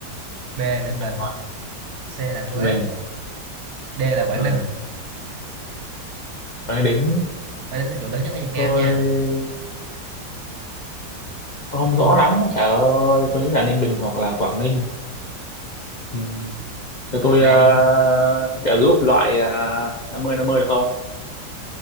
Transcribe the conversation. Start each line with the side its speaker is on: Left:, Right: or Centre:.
Right: B là Ninh Bình,
Left: hỏi
Right: C là Huế,
Left: tỉnh mình
Right: D là Quảng
Left: ừ.
Right: Ninh.
Left: Máy đính
Right: Bái Đính là chùa lớn nhất ở Việt Nam
Left: tôi
Right: nha.
Left: không
Right: Tôi
Left: rõ lắm trời ơi tôi nghĩ là Ninh Bình hoặc là Quảng Ninh ừ. Cho tôi
Right: chọn này
Left: ờ, trợ giúp loại uh, năm mươi năm mươi được không